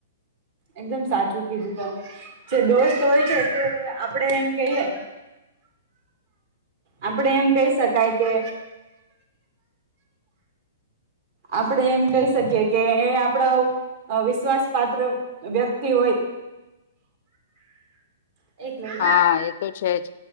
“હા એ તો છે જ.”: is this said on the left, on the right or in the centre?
Left